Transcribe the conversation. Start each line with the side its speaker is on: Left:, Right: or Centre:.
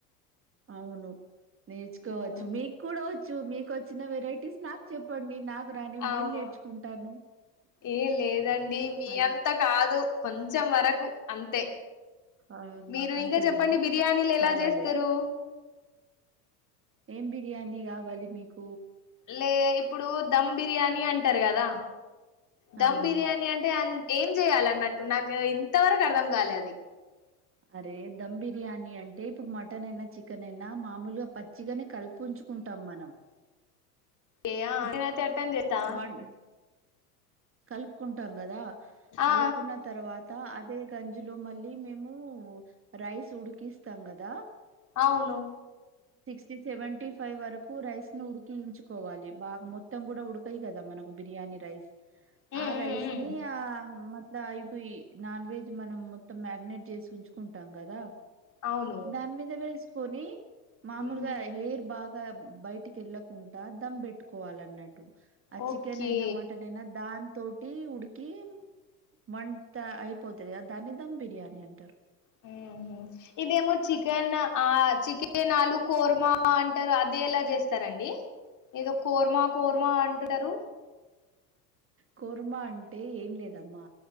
Right: అవును నేర్చుకోవచ్చు
Left: మ్మ్
Right: మీక్కుడ వచ్ చ్చు మీకొచ్చిన వెరైటీస్ నాకు చెప్పండి నాకు రానివి
Left: అవును
Right: నేను నేర్చుకుంటాను
Left: ఏ లేదండి మీ
Right: అలా
Left: అంత కాదు కొంచెం వరకు అంతే
Right: అవును
Left: మీరు
Right: అంతేనా
Left: ఇంకా చెప్పండి బిర్యానీలెలా
Right: పర్వాలేదు
Left: చేస్తరు
Right: ఏం బిర్యానీ గావాలి మీకు
Left: లే ఇప్పుడు దమ్ బిర్యానీ అంటరు గదా దమ్
Right: అవును
Left: బిర్యానీ అంటే అన్ ఏం జేయాలన్నట్టు నాకు ఇంతవరకు అర్ధం గాలే అది
Right: అరే దమ్ బిర్యానీ అంటే ఇప్పుడు మటన్ అయినా చికెన్ అయినా మామూలుగా పచ్చిగనే కలిపుంచుకుంటాం మనం
Left: ఏ ఆ
Right: అ
Left: నేనైతే అట్టని చేస్తా
Right: వన్ కల్పుకుంటాం కదా
Left: ఆ
Right: కలుపుకున్న తర్వాత్ తా అదే గంజిలో మళ్ళీ మేము రైస్ ఉడికిస్తాం గదా
Left: అవును
Right: టి సెవెంటీ ఫైవ్ వరకు రైస్ ను ఉడికించుకోవాలి బాగా మొత్తం గూడ ఉడకయి గదా మనకు బి బిర్యాని రైస్
Left: మ్మ్
Right: ఆ
Left: మ్మ్
Right: రైస్
Left: మ్మ్
Right: ని ఆ మ అయిపోయి నాన్ వెజ్ మనం మొత్తం మ్యాగినేట్ చేసి ఉంచుకుంటాం కదా
Left: అవును
Right: దాని మీద వేసుకొని మామూలుగా
Left: మ్మ్
Right: హెయిర్ బాగా ఇ బయటికి వెళ్ళకుండా దమ్ పెట్టుకోవాల అన్నట్టు ఆ చికెన్
Left: ఓకే
Right: అయినా మటన్ అయినా దాన్ తోటి ఉడికి వంట అయిపోతుంది కదా దాన్ని దమ్ బిర్యానీ అంటారు ఉ
Left: ఉహు ఇదేమో చికెన్ ఆ చికెనాలు ఆలు కుర్మా అంటారు అది ఎలా చేస్తారండి ఏదో కూరమా కూరమా అంటుంటారు
Right: కూర్మ అంటే ఏం లేదమ్మా